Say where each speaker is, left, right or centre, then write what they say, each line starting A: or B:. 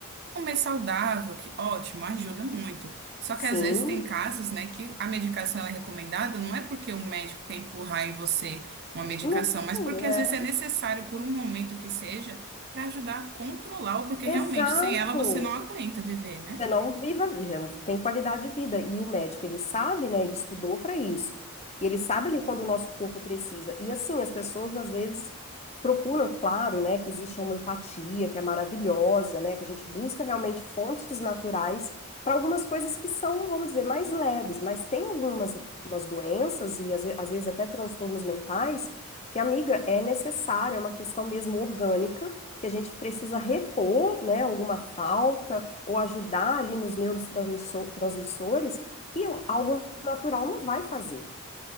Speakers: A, on the right; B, on the left.
A: Comer saudável, que ótimo, ajuda muito. Só
B: Sim.
A: que às vezes tem casos, né, que a medicação ela é recomendada, não é porque o médico quer empurrar em você uma medicação,
B: Não,
A: mas porque às
B: é.
A: vezes é necessário por um momento que seja para ajudar a controlar, ou porque realmente
B: Exato.
A: sem ela você não aguenta viver, né?
B: você não viva, a vida, não tem qualidade de vida. E o médico, ele sabe, né? Ele estudou para isso. E ele sabe ali quando o nosso corpo precisa. E assim, as pessoas às vezes procuram, claro, né, que existe a homeopatia, que é maravilhosa, né, que a gente busca realmente fontes naturais para algumas coisas que são, vamos dizer, mais leves, mas tem algumas umas doenças e às, ve- às vezes até transtornos mentais que, amiga, é necessária, é uma questão mesmo orgânica, que a gente precisa repor, né, alguma falta, ou ajudar ali nos neurotransmissores, que é um, algo natural não vai fazer.